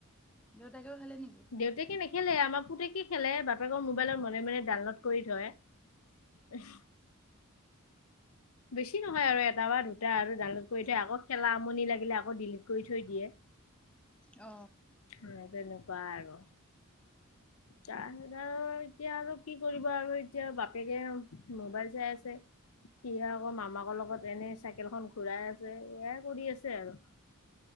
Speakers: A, in the centre; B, on the left.
A: দেউতাকেও খালে নেকি?
B: দেউতাকে নেখেলে আমাৰ পুতেকে খেলে, বাপেকৰ মোবাইলত মনে - মনে ডাউনলোড কৰি থয়। উহ বেছি নহয় আৰু এটা বা দুটা আৰু ডাউনলোড কৰি থৈ আকৌ খেলা আমনি লাগিলে আকৌ ডিলিট কৰি থৈ দিয়ে। <unintelligible>
A: অ।
B: ৰ তেনেকুৱা আৰু। তাৰপিছত আৰু এতিয়া আৰু কি কৰিব আৰু এতিয়া বাপেকে মোবাইল চাই আছে। সি আকৌ মামাকৰ লগত এনে চাইকেলখন ঘুৰাই আছে এয়াই কৰি আছে আৰু।